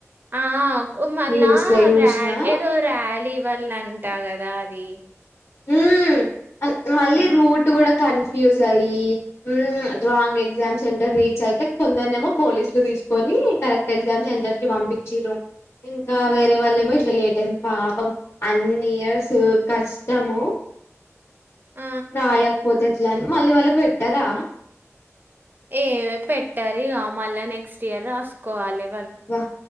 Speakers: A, on the right (about 40°); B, on the left (about 55°).
A: ఆ మళ్ళా
B: న్యూస్ లో చూసినా
A: రేల్ ఏదో ర్యాలీ వళ్ళ అంటా కదా అది
B: హమ్ మళ్ళీ
A: ఆ
B: రూట్ కూడా కని ఫ్యూజ్ అయ్యి హ్మ్ రౌంగ్ ఎగ్జామ్స్ సెంటర్ రీచ్ అయితే కొందరునే ఏమో పోలీసులు తీసుకొని కరెక్ట్ ఎక్సమ్ సెంటర్కి పంపిచ్చిరు ఇంకా వేరే వాళ్ళేమో ఇట్లా లేట్ అయింది పాపం అన్ని ఇయర్స్ కాస్ తము
A: ఆ
B: రాయకపోతే ఎట్లా అని మళ్ళీ వాళ్ళకు పెట్టరా
A: ఏ పెట్టారు ఇక మళ్ళా నెక్స్ట్ ఇయర్ రాసుకోవాలి
B: బా